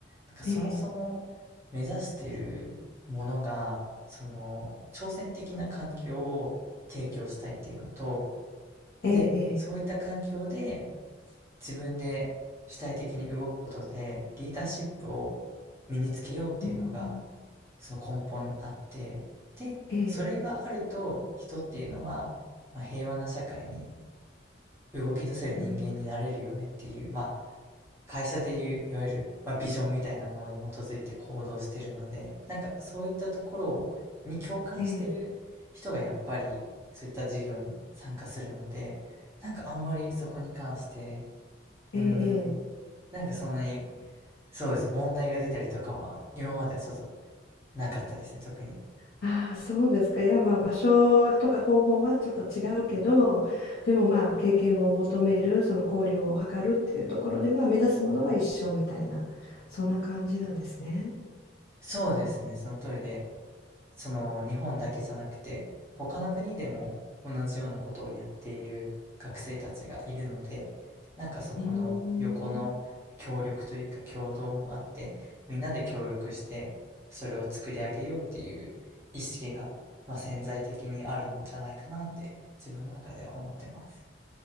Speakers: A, on the right; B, on the left.
A: なんかそもそも
B: ええ
A: 目指しているものが、その挑戦的な環境を提供したいっていうのと、
B: ええ、
A: で、
B: ええ、
A: そういった環境で自分で主体的に動くことでリーダーシップを身につけようっていうのが
B: うん、
A: その根本にあってでそれがあると人っていうのは、
B: ええ、
A: まあ、平和な社会に動き出せる人間になれるよねっていうまあ
B: うん、
A: 会社でいういわゆる、まあ、ビジョンみたいなものに基づいて行動してるのでなんかそういったところに共感してる人がやっぱりそういった事業に参加するのでなんかあんまりそこに関して
B: ええ、ええ、
A: うーん。
B: ええ
A: なんかそんなに、そうですね、問題が出たりとかは、今まではちょっとなかったですね、特に。
B: ああ、そうですか。いや、まあ、場所とか方法はちょっと違うけど、でもまあ、経験を求める、その交流を図るっていうところでは、目指すものは一緒みたいな、そんな感じなんですね。
A: そうですね、その通りで、その日本だけじゃなくて、他の国でも同じようなことをやっている学生たちがいるので、なんかそこの横の協力というか協働もあって、
B: うーん。
A: みんなで協力して、それを作り上げようっていう意識が、まあ、潜在的にあるんじゃないかなって、自分の中では思ってます。